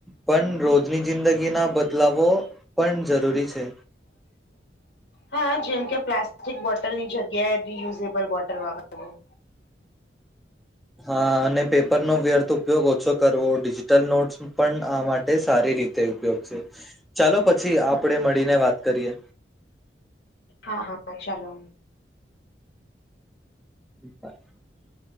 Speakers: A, in the centre; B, on the left.
A: પણ રોજની જિંદગીના બધ બદલાવો પણ જરૂરી છે.
B: હા, જેમ કે પ્લાસ્ટિક બોટલ ની જગ્યાએ રિયુઝેબલ બોટલ વાપરવું.
A: હા, અને પેપરનો વ્યર્થ ઉપયોગ ઓછો કરવો ડિજિટલ નોટ્સ પણ આ માટે સારી રીતે ઉપયોગ છે. ચાલો પછી આપડે મળીને વાત કરીએ.
B: હા હા ચાલો.
A: <inaudible>